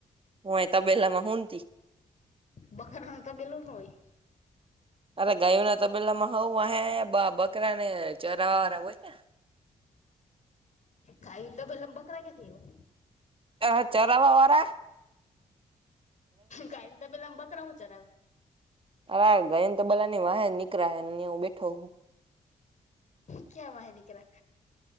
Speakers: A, on the right (about 35°); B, on the left (about 55°).
A: હું એ તબેલા માં હુંતી.
B: બખારમાં તબેલો ન હોય.
A: અરે ગાયો ના તબેલા માં હઉ અહે બા બકરા ને ચરાવા વારા હોય ને.
B: ખાલી ડબમ બકરા ક્યાંથી આઇવા.
A: અ ચરાવવાવાળા.
B: કાઈ ના તબેલામા બકરા ઉચાર આવે.
A: અરે ગયન તો બલાની વાહે નીકહું, નિઉં હું બેઠો.
B: ક્યાં વાંહે દીકરા.